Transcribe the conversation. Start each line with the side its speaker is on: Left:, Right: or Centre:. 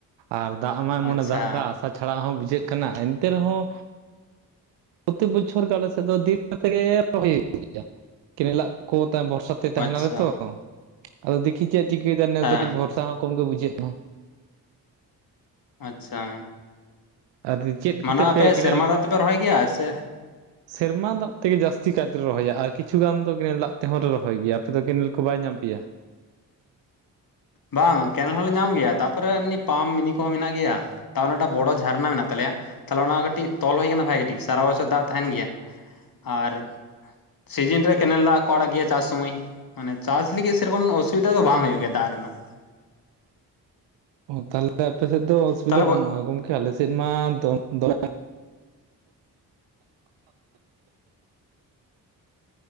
Right: ᱟᱨ ᱫᱟᱜ ᱢᱟ ᱮᱢᱚᱱᱮ
Left: ᱟᱪᱪᱷᱟ
Right: ᱫᱟᱜ ᱮᱫᱟ ᱟᱥᱟ ᱪᱷᱟᱲᱟ ᱦᱚᱸ ᱵᱩᱡᱷᱟᱹᱜ ᱠᱟᱱᱟ ᱮᱱᱛᱮ ᱨᱮᱦᱚᱸ ᱯᱨᱚᱛᱮᱠ ᱵᱚᱪᱷᱚᱨ ᱜᱮ ᱟᱞᱮ ᱥᱮᱫ ᱫᱚ ᱫᱤᱱ ᱛᱮᱜᱮ ᱨᱚᱦᱚᱭ <inaudible> ᱦᱩᱭᱩᱜ ᱜᱮᱭᱟ ᱠᱮᱱᱮᱞᱟᱜ ᱠᱚ <inaudible> ᱛᱟᱭᱚᱢ ᱵᱷᱚᱨᱥᱟ ᱛᱮ ᱛᱟᱦᱮᱱᱟᱞᱮ
Left: ᱟᱪᱪᱷᱟ
Right: ᱛᱚ ᱟᱫᱚ ᱫᱮᱠᱷᱤ ᱪᱮᱫ ᱪᱤᱠᱟᱹᱭᱮᱫᱟ ᱱᱮᱥ
Left: ᱦᱮᱸ
Right: ᱫᱚ ᱠᱟᱹᱴᱤᱡ ᱵᱚᱨᱥᱟ ᱦᱚᱸ ᱠᱚᱢ ᱜᱮ ᱵᱩᱡᱷᱟᱹᱜ ᱠᱟᱱᱟ
Left: ᱟᱪᱪᱷᱟ
Right: ᱟᱨ <inaudible>
Left: ᱢᱟᱱᱮ ᱟᱯᱮ
Right: ᱯᱮ ᱠᱮᱱᱮᱞ
Left: ᱥᱮᱨᱢᱟ ᱫᱟᱜ ᱛᱮᱯᱮ ᱨᱚᱦᱚᱭ ᱜᱮᱭᱟ ᱥᱮ
Right: ᱥᱮᱨᱢᱟ ᱫᱟᱜ ᱛᱮᱜᱮ ᱡᱟᱹᱥᱛᱤ ᱠᱟᱭᱛᱮᱞᱮ ᱨᱚᱦᱚᱭᱟ ᱟᱨ ᱠᱤᱪᱷᱩ ᱜᱟᱱ ᱫᱚ ᱠᱮᱱᱮᱞ ᱫᱟᱜ ᱛᱮᱦᱚᱸ ᱞᱮ ᱨᱚᱦᱚᱭ ᱜᱮᱭᱟ ᱟᱯᱮ ᱫᱚ ᱠᱮᱱᱮᱞ ᱠᱚ ᱵᱟᱭ ᱧᱟᱢ ᱯᱮᱭᱟ
Left: ᱵᱟᱝ ᱠᱮᱱᱮᱞ ᱦᱚᱸᱞᱮ ᱧᱟᱢ ᱜᱮᱭᱟ ᱛᱟᱨᱯᱮ ᱮᱢᱱᱤ ᱯᱟᱢ ᱢᱤᱱᱤ ᱠᱚ ᱦᱚᱸ ᱢᱮᱱᱟᱜ ᱜᱮᱭᱟ ᱛᱟᱦᱚᱞᱮ ᱢᱤᱫᱴᱟᱜ ᱵᱚᱲᱚ ᱡᱷᱟᱨᱱᱟ ᱢᱮᱱᱟᱜ ᱛᱟᱞᱮᱭᱟ ᱛᱟᱦᱚᱞᱮ ᱚᱱᱟ ᱠᱟᱹᱴᱤᱡ ᱛᱚᱞ ᱦᱩᱭ ᱟᱠᱟᱱᱟ ᱵᱷᱟᱜᱮ ᱴᱷᱤᱠ ᱥᱟᱨᱟ ᱵᱚᱪᱷᱚᱨ ᱫᱟᱜ ᱛᱟᱦᱮᱱ ᱜᱮᱭᱟ ᱟᱨ ᱥᱤᱡᱤᱱ ᱨᱮ ᱠᱮᱱᱮᱞ ᱫᱟᱜ ᱠᱚ ᱟᱲᱟᱜ ᱜᱮᱭᱟ ᱪᱟᱥ ᱥᱚᱢᱚᱭ ᱢᱟᱱᱮ ᱪᱟᱥ ᱞᱟᱹᱜᱤᱫ ᱥᱮᱨᱚᱠᱚᱢ ᱚᱥᱩᱵᱤᱫᱷᱟ ᱫᱚ ᱵᱟᱝ ᱦᱩᱭᱩᱜ ᱜᱮᱭᱟ ᱫᱟᱜ ᱨᱮᱱᱟᱜ
Right: ᱚ ᱛᱟᱦᱚᱞᱮ ᱟᱯᱮ ᱥᱮᱫ ᱫᱚ ᱚᱥᱩᱵᱤᱫᱷᱟ
Left: ᱛᱟᱦᱚᱞᱮ
Right: ᱵᱟᱹᱱᱩᱜᱼᱟ ᱜᱚᱢᱠᱮ ᱟᱞᱮᱥᱮᱫ ᱢᱟ ᱫᱚ <inaudible> ᱫᱚᱢᱮ